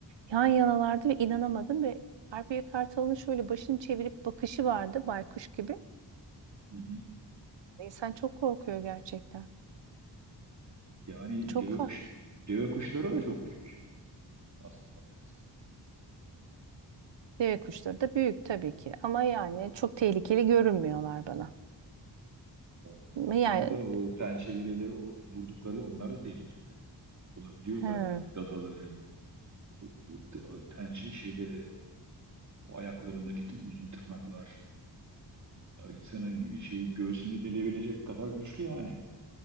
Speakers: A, on the right (about 85°); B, on the right (about 40°).
A: Yan yanalardı ve inanamadım ve Harpiye Kartal'ın şöyle başını çevirip bakışı vardı baykuş gibi.
B: Hı hı.
A: İnsan çok korkuyor gerçekten.
B: Yani
A: Çok
B: deve
A: farklı.
B: kuş deve kuşları da çok büyük aslında baktığınız zaman.
A: Deve kuşları da büyük tabii ki ama yani çok tehlikeli görünmüyorlar bana.
B: O- Onların
A: Yani
B: da o pençeleriyle o vurdukları onlar da tehlikeli olabiliyorlar
A: he.
B: yani gagaları, bu t- pençe şeyleri, bu ayaklarındaki t- uzun tırnaklar ya insanın gö- şeyi göğsünü delebilecek kadar güçlü yani.